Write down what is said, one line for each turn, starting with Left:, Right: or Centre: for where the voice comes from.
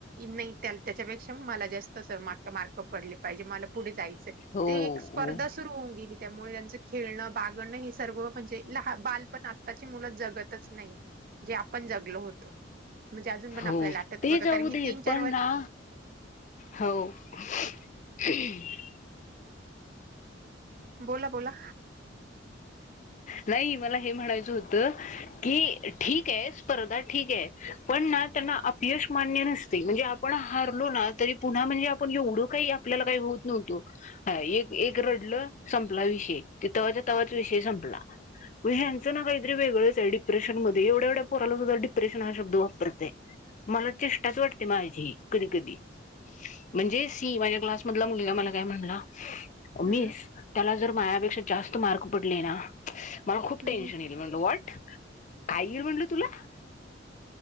Right: इन त्याच्यापेक्षा मला जास्त मार्क पडले पाहिजे मला पुढे जाय
Left: हो हो
Right: ते एक स्पर्धा सुरु होऊन गेली त्यामुळे त्यांच खेळणं बागणं हे सर्व म्हणजे ल बालपण आत्ताची मुलं जगतच नाही. जे आपण जगलो होत म्हणजे अजून पण
Left: हो
Right: आपल्याला आठत
Left: ते
Right: बघा
Left: जाऊ
Right: कारण की
Left: दे
Right: तीन चार
Left: पण
Right: वर्ष
Left: ना हो, <unintelligible>
Right: बोला बोला,
Left: नाही मला हे म्हणायचं होतं की ठीक आहे स्पर्धा ठीक आहे. पण ना त्यांना अपय मान्य नसते म्हणजे आपण हारलो ना तरी पुन्हा म्हणजे आपणव आपल्या का होत न्ह रड संला विषय, <unintelligible> ग ह यांचं ना काहीरी वेगळंच आहे डिप्रेशनमध्येध्ये एवढ्या एवढ्या पोरालाद्ध डिप्रेशन हा शब्द वापरतय. मला चिष्टाच वाटते माझी, कधी कधी म्हणजे सी माझ्या क्लासमधला मुलगा मला काय म्हणला मीस
Right: हम्म
Left: त्याला जर मायापेक्षा जास्त मार्क पडले ना मला खूप
Right: हम्म
Left: टेन्शन येईल म्हणलं वाट काय येईल म्हणलं तुला